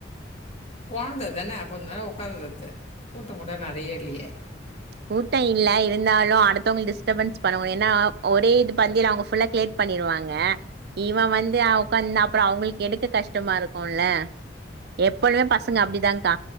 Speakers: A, on the left (about 35°); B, on the right (about 60°).
A: கெழந்ததானே கொஞ்சோ நேரோ உட்கார்ந்து இரு கூட்டம் கூட நெறைய இல்லியே
B: கூட்டம் இல்ல இருந்தாலு அடுத்தவங்க டிஸ்டர்பன்ஸ் பண்ணணும் ஏன்னா ஒரே இது பந்தியில அவங்க புல்லா கிளியர் பண்ணிருவாங்க இவன் வந்து அவட்காந்த அப்புறம் அவங்களுக்கு எடுக்க கஷ்டமா இருக்கும்ல எப்பழுமே பசங்க அப்டிதான்கா